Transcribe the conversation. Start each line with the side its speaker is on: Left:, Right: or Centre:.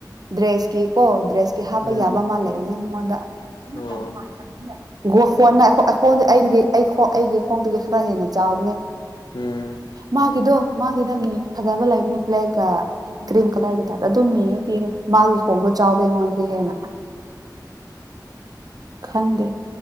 Right: ꯗ꯭ꯔꯦꯁꯀꯤ ꯀꯣ ꯗ꯭ꯔꯦꯁꯀꯤ ꯍꯥꯞꯄ
Left: ꯎꯝ
Right: ꯌꯥꯕ ꯑꯃ ꯂꯩꯕꯅꯦ ꯃꯉꯣꯟꯗ
Left: ꯑꯣ
Right: ꯑꯩꯈꯗ ꯑꯩ ꯑꯩꯒꯤ <unintelligible> ꯈꯣꯡꯗꯒꯤ ꯈꯔ ꯍꯦꯟꯅ ꯆꯥꯎꯕꯅꯦ
Left: ꯎꯝ
Right: ꯃꯥꯒꯤꯗꯣ ꯃꯥꯒꯤꯗ ꯃꯤ ꯐꯖꯕ ꯂꯩ <unintelligible> ꯒ꯭ꯔꯤꯟ ꯀꯂꯔꯒꯤ ꯇꯥꯏꯞꯇ ꯑꯗꯨꯝ ꯌꯦꯉꯥ ꯄꯤꯌꯣ ꯃꯥꯒꯤ ꯈꯣꯡꯗꯣ ꯆꯥꯎꯕ ꯑꯩꯉꯣꯟꯗꯒꯤ ꯍꯦꯟꯅ ꯈꯪꯗꯦ